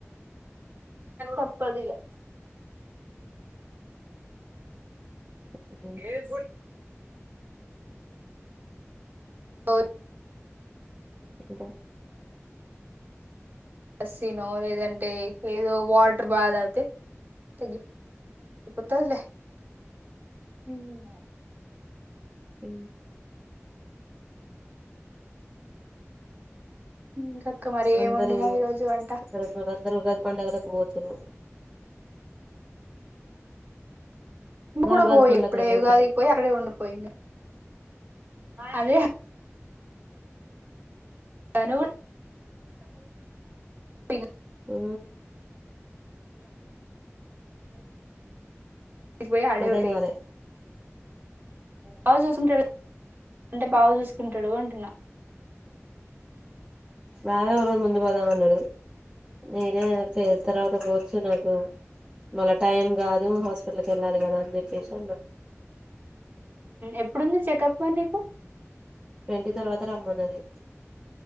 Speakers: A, on the right; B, on the right.
A: తప్పదిగా
B: ఇంకా
A: ఏ బో ఆ
B: ఇంకా
A: లస్సీనో లేదంటే ఏదో వాటర్ బాగా తే తగ్గిపోతాదిలే హ
B: హ
A: ఇంకక్క మరి
B: అందరు
A: ఏం వండినావు ఈ రోజు వంట
B: అక్కడక్కడ అందరు ఉగాది పండుగలకు పోతరు
A: నువ్వు కూడా
B: ఉగాది
A: పో
B: పండగలకు
A: ఇప్పుడే
B: పోతుర్రు
A: ఉగాదికి పోయి అక్కడే ఉండు పో ఇంగ అదే అయినా కూడా <unintelligible>
B: ఆ
A: పోయి అడే
B: అర్ధం
A: ఉండేయి
B: కాలే
A: బాగా చూసుకుంటడు ఇంక బాగా చూసుకుంటడు అంటున్నా
B: బావే ఒక రోజు ముందు పోదామన్నడు నేనేే తర్వాత పోవచ్చు నాకు మళ్ళ టైం కాదు హాస్పి టల్కెళ్ళాలి కదా అని చెప్పేసి అన్న
A: ఎప్పుడుంది చెకప్ మరి నీకు
B: ట్వంటీ తర్వాత రమ్మన్నది